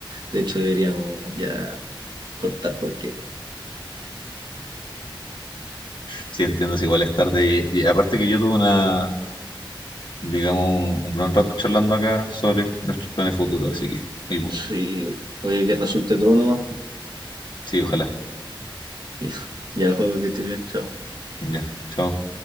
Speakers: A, on the right; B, on the left.
A: De hecho, deberíamos ya cortar porque
B: Sí, entiendo, es igual es tarde. Y, y aparte que yo tuve una, digamos, un, un gran rato charlando acá sobre nuestros planes futuros, así que muy bueno.
A: sí, oye, que resulte todo nomás. po.
B: Sí, ojalá.
A: <laughs> Ya, Joaco, que esté bien, chao.
B: Ya, chao.